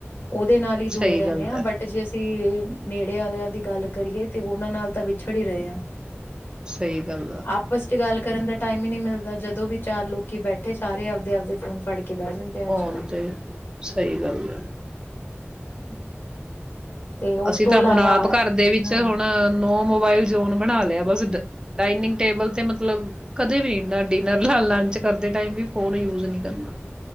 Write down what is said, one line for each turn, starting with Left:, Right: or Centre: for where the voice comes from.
Left: ਉਹਦੇ ਨਾਲ ਹੀ ਜੁੜੇ
Right: ਸਹੀ
Left: ਰਹਿੰਦੇ
Right: ਗੱਲ
Left: ਹਾਂ,
Right: ਹੈ,
Left: ਬਟ ਜੇ ਅਸੀਂ ਨੇੜੇ ਵਾਲਿਆਂ ਦੀ ਗੱਲ ਕਰੀਏ ਤੇ ਉਹਨਾਂ ਨਾਲ ਤਾਂ ਵਿਛੜ ਹੀ ਰਹੇ ਹਾਂ
Right: ਸਹੀ ਗੱਲ ਆ
Left: ਆਪਸ ਚ ਗੱਲ ਕਰਨ ਦਾ ਟਾਈਮ ਹੀ ਨਹੀਂ ਮਿਲਦਾ ਜਦੋਂ ਵੀ ਚਾਰ ਲੋਕੀ ਬੈਠੇ ਸਾਰੇ ਆਪਦੇ ਆਪਦੇ ਫੋਨ ਫੜ ਕੇ ਬਹਿ ਜਾਂਦੇ
Right: ਫੋਨ
Left: ਅੱਜ ਕੱਲ
Right: ਤੇ ਸਹੀ ਗੱਲ ਹੈ।
Left: <unintelligible> ਤੇ ਉਸ
Right: ਅਸੀਂ
Left: ਤੋਂ
Right: ਤਾਂ
Left: ਇਲਾਵਾ
Right: ਹੁਣ ਆਪ ਘਰ ਦੇ ਵਿੱਚ
Left: ਹਮ
Right: ਹੁਣ ਨੋ ਮੋਬਾਇਲ ਜੋਨ ਬਣਾ ਲਿਆ ਬਸ, ਡਾਇਨਿੰਗ ਟੇਬਲ ਤੇ ਮਤਲਬ ਕਦੇ ਵੀ ਨਾ ਡਿਨਰ, ਨਾ ਲੰਚ ਕਰਦੇ ਟਾਈਮ ਵੀ ਫੋਨ ਯੂਜ ਨਹੀਂ ਕਰਨਾ।